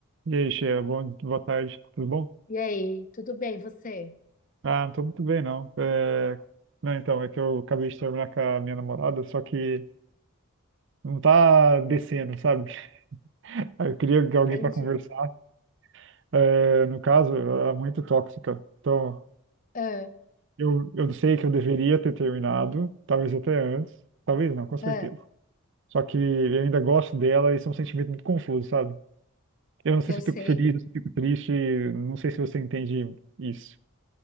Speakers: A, on the right (about 55°); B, on the left (about 40°).
A: E aí, Sheila, bom, boa tarde, tudo bom?
B: E aí, tudo bem, você?
A: Ah, não tô muito bem, não. É, Não, então, é que eu acabei de terminar com a minha namorada, só que não tá descendo, sabe? <laughs> Aí Eu queria
B: Entende?
A: alguém pra conversar. É, No caso, ela é muito tóxica. Então,
B: Ah,
A: eu, eu sei que eu deveria ter terminado, talvez até antes, talvez não, com certeza.
B: ah,
A: Só que eu ainda gosto dela e isso é um sentimento muito confuso, sabe? Eu não sei
B: eu
A: se
B: sei.
A: eu fico feliz, ou se eu fico triste, não sei se você entende isso.